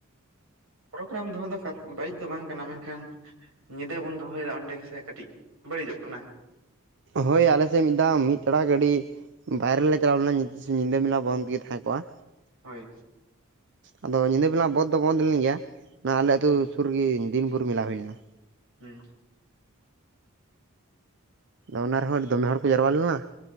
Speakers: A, on the right; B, on the right.
A: ᱯᱨᱳᱜᱨᱟᱢ ᱫᱚᱦᱚ ᱫᱚ ᱵᱟᱹᱲᱤᱡ ᱫᱚ ᱵᱟᱝ ᱠᱟᱱᱟ ᱢᱮᱱᱠᱷᱟᱱ ᱧᱤᱫᱟᱹ ᱵᱚᱱ ᱫᱚᱦᱚᱭᱮᱫᱟ ᱚᱸᱰᱮ ᱜᱮᱥᱮ ᱠᱟᱹᱴᱤᱡ ᱵᱟᱹᱲᱤᱡᱚᱜ ᱠᱟᱱᱟ
B: ᱦᱳᱭ ᱟᱞᱮᱥᱮᱫ ᱢᱤᱫ ᱫᱷᱟᱣ ᱢᱤᱫ ᱴᱟᱲᱟ ᱜᱟᱹᱰᱤ ᱵᱟᱭᱨᱮ ᱨᱮᱞᱮ ᱪᱟᱞᱟᱣ ᱞᱮᱱᱟ ᱧᱤᱫᱟᱹ ᱵᱮᱞᱟ ᱵᱚᱱᱫ ᱜᱮ ᱛᱟᱦᱮᱸ ᱠᱚᱜᱼᱟ
A: ᱦᱳᱭ
B: ᱟᱫᱚ ᱧᱤᱫᱟᱹ ᱵᱮᱞᱟ ᱵᱚᱸᱫᱷ ᱫᱚ ᱵᱸᱚᱫᱷ ᱞᱮᱱ ᱜᱮᱭᱟ ᱟᱞᱮ ᱟᱹᱛᱩ
A: ᱦᱳᱭ
B: ᱥᱩᱨ <unintelligible> ᱫᱤᱱ ᱵᱷᱳᱨ ᱢᱮᱞᱟ ᱦᱩᱭ ᱞᱮᱱᱟ
A: ᱦᱩᱸ
B: ᱚᱱᱟ ᱨᱮᱦᱚᱸ ᱟᱹᱰᱤ ᱫᱚᱢᱮ ᱦᱚᱲ ᱠᱚ ᱡᱟᱨᱣᱟ ᱞᱮᱱᱟ